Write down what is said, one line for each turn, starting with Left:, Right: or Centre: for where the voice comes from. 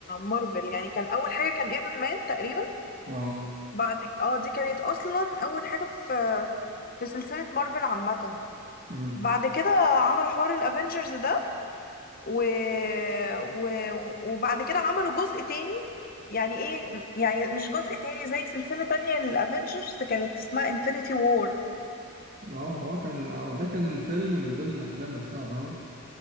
Left: مارفل يعني كان اول حاجه كان ايرون مان تقريبا
Right: اه
Left: بعد اه دي كانت اصلا اول حاجه في في سلسله مارفل عامه
Right: امم
Left: بعد كده عملوا حوار الافنجرز ده و... و... وبعد كده عملوا جزء تاني يعني ايه يعني مش جزء تاني زي سلسله تانية للافنجرز كانت اسمها انفينيتي وور
Right: اه هو كان آه، ده كان فيلم من ضمن الافلام نفسها فاهمه